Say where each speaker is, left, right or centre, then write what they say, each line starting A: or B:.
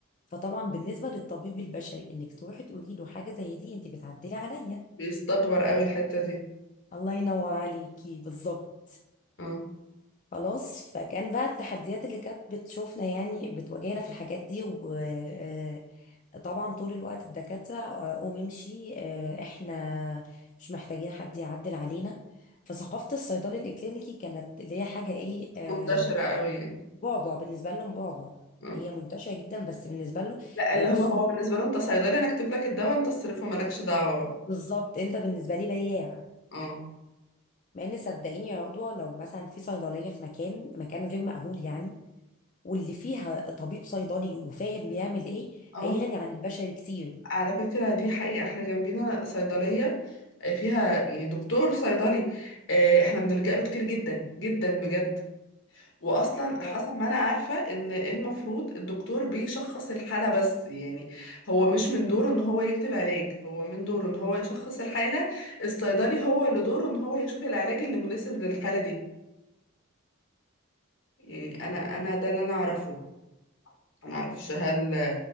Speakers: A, on the left; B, on the left.
A: فطبعا بالنسبة للطبيب البشري انك تروحي تقولي له حاجة زي دي انت بتعدلي عليا
B: بيستكبر قوي الحتة دي
A: الله ينور عليكي بالظبط
B: اه
A: خلاص فكان بقى التحديات اللي كانت بتشوفنا يعني بتواجهنا في الحاجات دي و آه، طبعا طول الوقت الدكاترة آه، قوم امشي آه، احنا مش محتاجين حد يعدل علينا فثقافة الصيدلي الإكلينيكي كانت اللي هي حاجة ايه آه،
B: منتشرة قوي يعني
A: بعبع بالنسبة لهم بعبع
B: اه
A: هي منتشرة جدا بس بالنسبة له
B: لا اللي
A: يعني
B: هو
A: بصي
B: هو بالنسبة له انت صيدلي انا اكتب لك الدواء انت تصرفه مالكش دعوة بقى
A: بالظبط انت بالنسبة لي بياع
B: اه
A: مع ان صدقيني يا عضوة لو مثلا في صيدلية في مكان مكان غير مأهول يعني واللي فيها طبيب صيدلي وفاهم بيعمل ايه
B: اه
A: هيغني عن البشري كتير
B: على فكرة دي حقيقة احنا جنبينا صيدلية آه، فيها يعني دكتور صيدلي آه، احنا بنلجأ له كتير جدا جدا بجد واصلا
A: ما-
B: حسب ما انا عارفة ان المفروض الدكتور بيشخص الحالة بس يعني هو مش من دوره ان هو يكتب علاج هو من دوره ان هو يشخص الحالة الصيدلي هو اللي دوره ان هو يشوف العلاج اللي مناسب للحالة دي يعني انا انا ده اللي انا اعرفه انا اعرفش هل